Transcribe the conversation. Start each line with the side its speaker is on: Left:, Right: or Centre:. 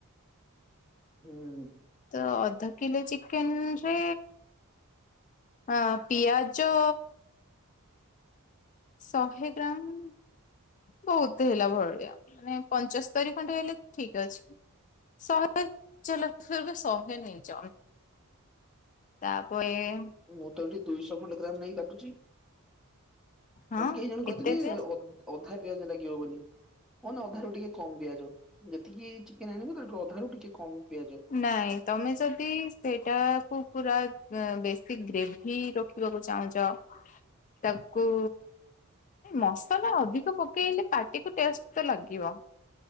Centre: ହୁଁ।
Left: ତ ଅଧ କିଲୋ ଚିକେନ ରେ ହଁ ପିଆଜ ଶହେ ଗ୍ରାମ ବହୁତ ହେଲା ଭରଳିଆ ମାନେ ପଞ୍ଚସ୍ତରୀ ଖଣ୍ଡେ ହେଲେ ଠିକ ଅଛି। ସହେ ଚାଲ ଫିରବୀ ଶହେ ନଁ ଯାଅ। ତାପରେ ଏ।
Centre: ମୁଁ ତ ଏଠି ଦୁଇଶହ ଖଣ୍ଡେ ଗ୍ରାମ ନେଇ କାଟୁଛି।
Left: ହଁ
Centre: ମତେ କେହି ଜଣ କହିଥିଲେି
Left: ଏତେ ଯେ
Centre: ଅଧା ପିଆଜ ଲାଗେ। ହେ ଅଧାରୁ ଟିକେ କମ ଦିଆଯାଉ ଯେତିକି ଚିକେନ ଆଣିବ ତାୁ ଅଧାରୁ ଟିକେ କମ। ପିଆଜ
Left: ନାଇଁ ତମେ ଯଦି ସେଇଟାକୁୁ ପୁରା ବେଶୀ ଗ୍ରେଭି ରଖିବାକୁ ଚାହୁଁଛ ତାକୁ ମସଲା ଅଧିକ ପକେଇଲେ ପାଟିକୁ ଟେଷ୍ଟ ତ ଲାଗିବ।